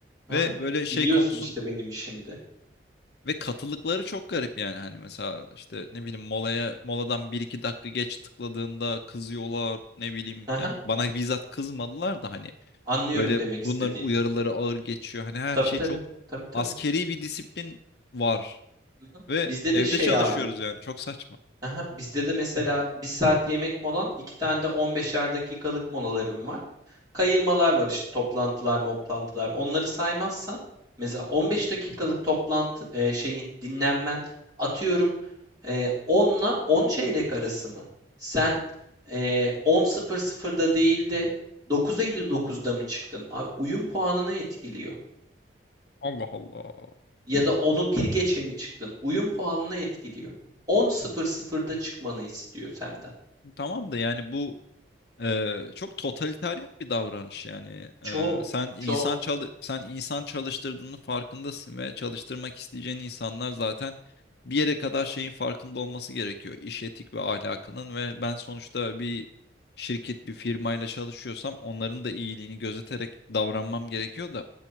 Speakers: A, on the right (about 20°); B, on the left (about 55°).
A: Aha.
B: Ve böyle şey
A: Biliyorsun
B: konusun
A: işte benim işimi de.
B: ve katılıkları çok garip yani. Hani mesela işte ne bileyim molaya moladan bir iki dakika geç tıkladığında kızıyorlar. Ne bileyim
A: Aha.
B: ya bana bizzat kızmadılar da hani
A: Anlıyorum
B: böyle
A: demek
B: bunların
A: istediğini.
B: uyarıları ağır geçiyor. Hani her
A: Tabii
B: şey
A: tabii.
B: çok
A: Tabii tabii.
B: askeri bir disiplin var.
A: Hı hı.
B: Ve
A: Bizde
B: evde
A: de şey
B: çalışıyoruz
A: abi
B: yani çok saçma.
A: Aha, bizde de mesela bir saat yemek molan, iki tane de 15'er dakikalık molalarım var. Kayırmalar var işte toplantılar, moplantılar. Onları saymazsan mesela 15 dakikalık toplantı e, şeyin dinlenmen atıyorum e, 10'la 10 çeyrek arası mı? Sen e, 10.00'da değil de 9.59'da mı çıktın? Abi, uyum puanını etkiliyor.
B: Allah Allah.
A: Ya da onu bir geçe mi çıktın? Uyum puanını etkiliyor. 10.00'da çıkmanı istiyor senden.
B: Tamam da yani bu e, çok totalitarian bir davranış yani.
A: Çok,
B: E, sen insan
A: çok.
B: çalı sen insan çalıştırdığının farkındasın ve çalıştırmak isteyeceğin insanlar zaten bir yere kadar şeyin farkında olması gerekiyor. İş etik ve ahlakının ve ben sonuçta bir şirket bir firmayla çalışıyorsam onların da iyiliğini gözeterek davranmam gerekiyor da